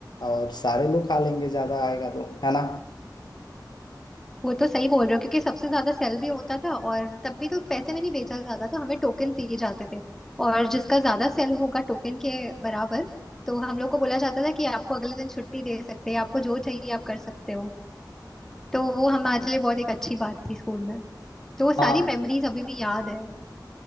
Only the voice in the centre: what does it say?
वो तो सही बोल रहे हो क्योंकि सबसे ज्यादा सेल भी होता था और तभी तो पैसे में नहीं बेचा जाता था हमें टोकन दिए जाते थे और जिसका ज्यादा सेल होगा टोकन के बराबर तो हम लोग को बोला जाता था कि आपको अगले दिन छुट्टी दे सकते हैं आपको जो चाहिए आप कर सकते हो तो वो हमारे लिए बहुत एक अच्छी बात थी स्कूल में तो वो सारी
मेमोरीज अभी भी याद है